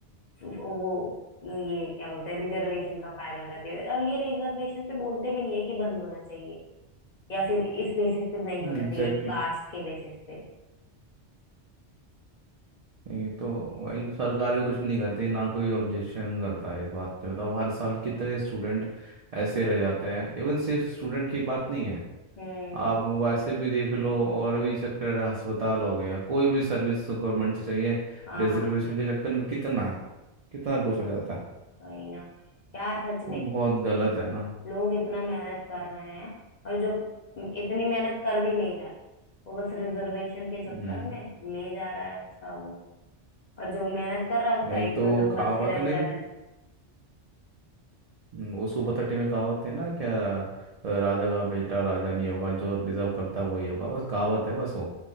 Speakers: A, on the left; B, on the right.
A: वो ये क्या बोलते हैं रिजर्वेशन का फायदा उठाते हैं और ये रिजर्वेशन पे बोलते भी नहीं है कि बंद होना चाहिए या फिर इस बेसिस पे नहीं होना
B: एग्जैक्टली
A: चाहिए कास्ट के बेसिस पे
B: ये तो भाई सरकार भी कुछ नहीं करती ना कोई ऑब्जेक्शन करता है इस बात पे बताओ हर साल कितने स्टूडेंट ऐसे रह जाते हैं इवन सिर्फ स्टूडेंट की बात नहीं है
A: हम्म
B: आप वैसे भी देख लो और भी चक्कर है, अस्पताल हो गया कोई भी सर्विस गवर्नमेंट से चाहिए
A: हाँ
B: रिजर्वेशन के चक्कर में कितना है कितना कुछ हो जाता है
A: वही ना यार सच में
B: वो बहुत गलत है ना
A: लोग इतना मेहनत कर रहे हैं और जो इतनी मेहनत कर भी नहीं रहा है वो बस रिजर्वेशन के चक्कर
B: हम्म
A: में ले जा रहा है उसका वो और जो मेहनत कर रहा है उसका
B: एक
A: एक
B: तो
A: दो नंबर
B: कहावत
A: से रह
B: नहीं
A: जा
B: थी।
A: रहा है
B: हम्म, वो सुपर थर्टी में कहावत थे ना क्या अ, राजा का बेटा राजा नहीं होगा जो डिजर्व करता वही होगा बस कहावत है बस वो